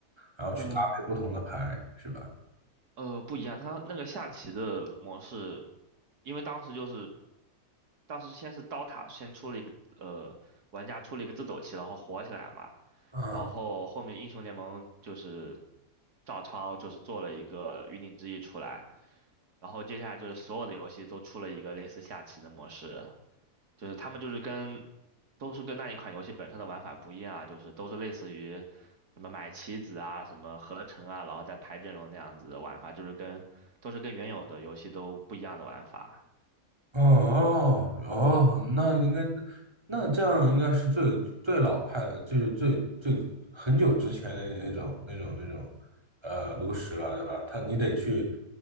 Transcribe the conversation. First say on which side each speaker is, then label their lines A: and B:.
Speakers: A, on the right; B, on the right.
A: 然后去搭配不同的牌，
B: 呃，
A: 是吧？
B: 呃，不一样，它那个下棋的模式，因为当时就是当时先是刀塔先出了一个呃玩家出了一个自走棋，然后火起来嘛，
A: 啊，
B: 然后后面英雄联盟就是照抄就是做了一个云顶之弈出来，然后接下来就是所有的游戏都出了一个类似下棋的模式，就是他们就是跟都是跟那一款游戏本身的玩法不一样啊，就是都是类似于什么买棋子啊、什么合成啊，然后再排阵容那样子的玩法，就是跟都是跟原有的游戏都不一样的玩法。
A: 哦哦，哦那应该那这样应该是最最老派的，就是最最很久之前的那种那种那种呃炉石了，对吧？他你得去，